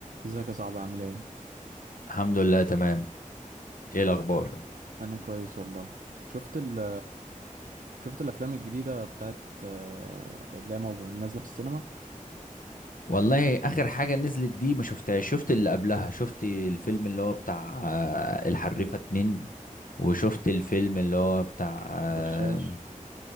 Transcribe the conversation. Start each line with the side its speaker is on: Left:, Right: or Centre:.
Right: ازيك يا صاحبي عامل ايه
Left: الحمد لله تمام ايه الاخبار
Right: انا كويس والله شفت ال شفت الافلام الجديده بتاعت آه، اللي هي موجو- نازله في السينما
Left: والله اخر حاجه نزلت دي ما شفتهاش شفت اللي قبلها شفت الفيلم اللي هو بتاع آه، الحريفه اتنين وشفت الفيلم اللي هو بتاع آه،
Right: دشاش